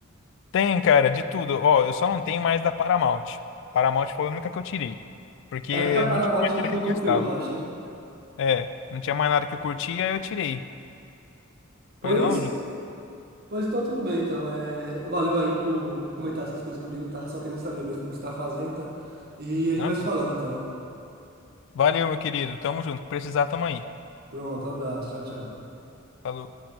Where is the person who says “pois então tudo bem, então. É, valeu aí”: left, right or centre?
Right